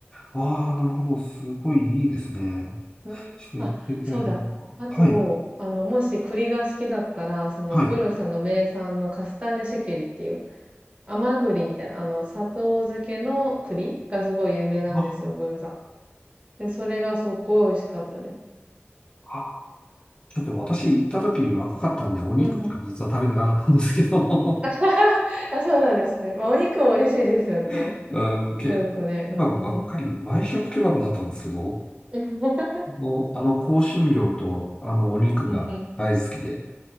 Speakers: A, on the left; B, on the right.
A: ああ、なるほど。すごいいいですね。
B: うん。
A: ちょっと行ってみたいな。
B: あ、そうだ。あと、
A: はい、
B: あの、もし栗が好きだったら、その、
A: はい。
B: ブルサの名産のカスターネシェケリっていう、甘栗みたいな、あの、砂糖漬けの栗がすごい有名なんですよ、
A: あー
B: ブルサ。で、それがすっごい美味しかったです。
A: あ、あちょっと私行った時若かったんで、お肉しか実は食べてなかったんですけど、
B: うんうん。<laughs> あ、そうなんですね。まあ、お肉も美味しいですよね。
A: <laughs> うん、け、
B: トルコね。
A: ケ
B: うん。
A: バブばっかり、毎食ケバブだったんですけど、
B: <laughs>
A: あの、あの香辛料とあのお肉が大好きで、
B: うんうん。